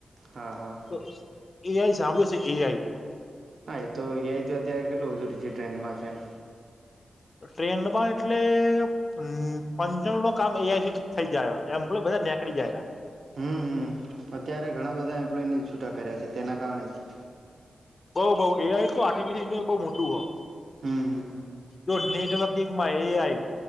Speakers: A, on the right (about 70°); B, on the left (about 40°).
A: હા હા
B: તો એઆઈ સાંભળ્યો હશે એઆઈ
A: હા એ તો એઆય તો અત્યારે કેટલું <unintelligible> ટ્રેન્ડ માં છે એમ
B: ટ્રેન્ડ માં એટલે હમ્મ પચાણુ ટકા કામ એઆઈ થઇ જાય હ એમ્પ્લોય બધા નેકળી ચાયલા
A: હમ્મ હમ્મ અત્યારે ઘણા બધા એમ્પ્લોયને છૂટા કર્યા છે તેના કારણે જ
B: બઉ બઉ એ આઈ તો આર્ટિફિશિલ ઈન્ટેલિજન્સ બઉ મોટું હો
A: હમ્મ
B: જો નેટવર્કિંગ માં એઆઈ